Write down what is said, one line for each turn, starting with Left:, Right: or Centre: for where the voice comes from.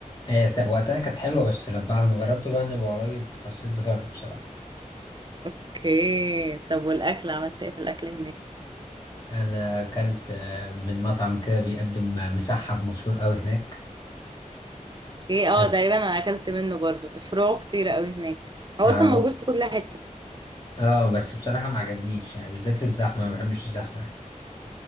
Left: هي س- وقتها كانت حلوة بس لما بعد ما جربته بقى اني قريب حسيت بفرق بصراحة
Right: اوكي طب والاكل عملت ايه في الاكل هناك
Left: انا اكلت آه، من مطعم كده بيقدم آه، مسحب مشهور قوي هناك
Right: ايه اه
Left: بس
Right: تقريبا انا اكلت منه برضو الفروع كتير قوي هناك هو
Left: اه
Right: اصلا موجود في كل حته
Left: اه بس بصراحة ما عجبنيش يعني بالذات الزحمة ما بحبش الزحمة يعني.